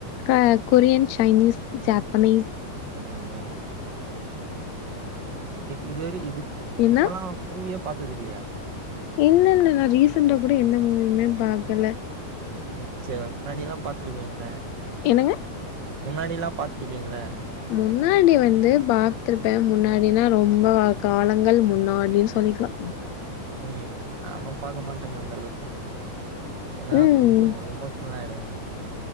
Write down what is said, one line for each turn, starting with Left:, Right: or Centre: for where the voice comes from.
Left: க கொரியன் சைனீஸ் ஜப்பனீஸ்
Right: உம் உம் இதுவரை இது இப்பல்லா
Left: என்ன
Right: மூவிய பா்த்தது இல்லையா
Left: இல்ல இல்ல நா ரீசண்டா கூட எந்த மூவியுமே பாக்கல
Right: உம் சரி முன்னாடி எல்லா பாத்து இருபேங்கள
Left: என்னங்க
Right: முன்னாடி எல்லா பாத்துருப்பீங்கள
Left: முன்னாடி வந்து பாத்துருப்ப முன்னாடினா ரொம்ப காலங்கள் முன்னாடின் சொல் நிக்கலா
Right: ம் நானும் பாக்க மாட்டேங்க அந்த அளவுக்கு ஏன்னா
Left: ம்
Right: கொஞ்ச இமோஷனல் ஆயிடுங்க